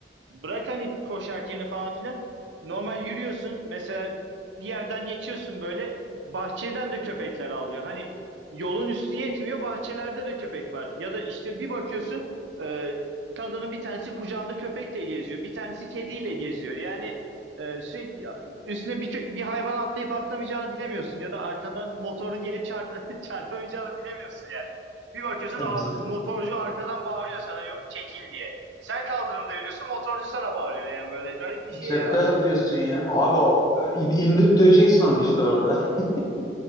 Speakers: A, on the right (about 90°); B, on the left (about 20°).
A: Bırak hani koşarkeni falan filan. Normal yürüyorsun. Mesela bir yerden geçiyorsun böyle. Bahçeden de köpekler avlıyor. Hani yolun üstü yetmiyor. Bahçelerde de köpek var. Ya da işte bir bakıyorsun e, kadının bir tanesi kucağında köpekle geziyor. Bir tanesi kediyle geziyor. Yani e, sürekli üstüne bir, bir hayvan atlayıp atlamayacağını bilemiyorsun ya da arkandan motorun gelip çarp <laughs> çarpamayacağını bilemiyorsun yani. Bir bakıyorsun
B: <laughs>
A: ad- motorcu arkadan bağırıyor sana "Yo- çekil diye. Sen kaldırımda yürüyorsun motorcu sana bağırıyor yani böyle garip bir şey
B: Şaka
A: ya.
B: yapıyorsun ya. Abi o in- indirip döveceksin onu işte orada. <laughs>